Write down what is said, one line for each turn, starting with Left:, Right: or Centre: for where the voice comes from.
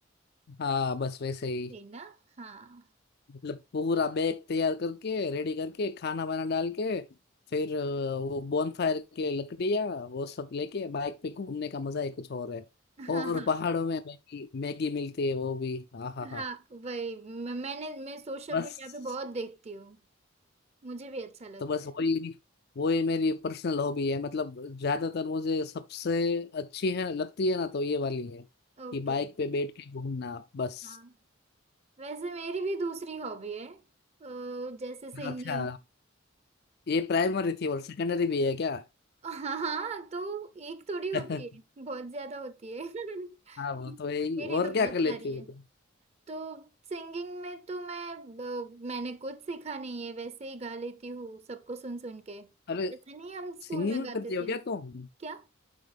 Left: हाँ बस वैसे ही
Right: है ना हाँ
Left: मतलब पूरा बैग तैयार करके रेडी करके खाना वाना डाल के फिर अ, वो बॉनफायर के लकड़ियाँ वो सब लेके बाइक पे घूमने का मजा ही कुछ और है
Right: <laughs> हाँ
Left: और
Right: हाँ
Left: पहाड़ों में मैगी मैगी मिलती है वो भी हाँ हाँ हाँ
Right: हाँ वही म- मैंने मैं सोशल
Left: बस
Right: मीडिया पे बहुत देखती हूँ मुझे भी अच्छा लगता
Left: तो बस वही
Right: है
Left: वही मेरी पर्सनल हॉबी है मतलब ज्यादातर मुझे सबसे अच्छी है लगती है ना तो ये वाली है
Right: ओके
Left: कि बाइक पे बैठ के घूमना बस
Right: हाँ वैसे मेरी भी दूसरी हॉबी है अ, जैसे सिंगिंग
Left: अच्छा ये प्राइमरी थी और सेकेंडरी भी है क्या
Right: हाँ हाँ तो एक थोड़ी होती
Left: <laughs>
Right: है बहुत ज्यादा होती है <laughs>
Left: हाँ वो तो है ही
Right: मेरी
Left: और
Right: तो
Left: क्या
Right: बहुत
Left: कर लेती
Right: सारी
Left: हो
Right: है
Left: तुम
Right: तो सिंगिंग में तो मैं अ, मैंने कुछ सीखा नहीं है वैसे ही गा लेती हूँ सबको सुन सुन के
Left: अरे
Right: ऐसे नहीं हम स्कूल
Left: सिंगिंग
Right: में
Left: भी
Right: गाते
Left: करती हो
Right: थे
Left: क्या तुम
Right: क्या